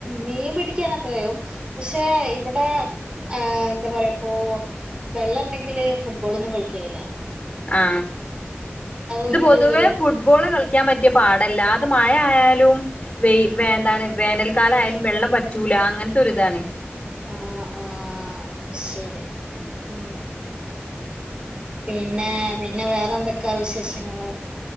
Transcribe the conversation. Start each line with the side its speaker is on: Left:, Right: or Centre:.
Right: മീൻ പിടിക്കാനൊക്കെ കും പക്ഷെ ഇവിടെ- ആ എന്താ പറയാ ഇപ്പോൊ വെള്ളം ഉണ്ടെങ്കില് ഫുട്ബോളൊന്നും കളിക്കായില്ല
Left: ആ! ഇത്
Right: ഒരു
Left: പൊതുവേ
Right: ഒരു
Left: ഫുട്ബോള് കളിക്കാൻ പറ്റിയ പാട- ല്ലാതെ മഴയാലും വന്താണ് വേനൽക്കാലയും വെള്ളം പറ്റൂല അങ്ങനത്തെരിതാണ്.
Right: ആ! ആ! ശരി. ഉ പിന്നെ പിന്നെ വേറെന്തൊക്കെ വിശേഷങ്ങള്